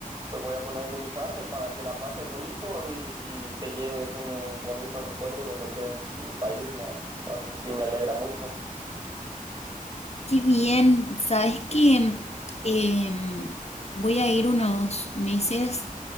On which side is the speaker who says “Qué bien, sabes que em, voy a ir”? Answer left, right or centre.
Left